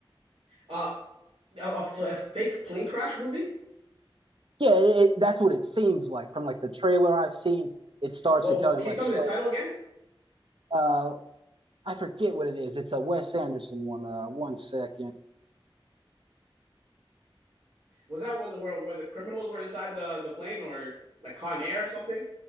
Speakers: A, on the right; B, on the right.
A: Uh, a, a f- a fake plane crash movie?
B: Yeah, it, it, that's what it seems like from like the trailer I've seen. It starts
A: Well,
B: to kind
A: can
B: of like
A: you tell
B: show
A: me the title again?
B: uh, I forget what it is. It's a Wes Anderson one. Uh, one second.
A: Was that one where where the criminals were inside the the plane or like Con Air or something?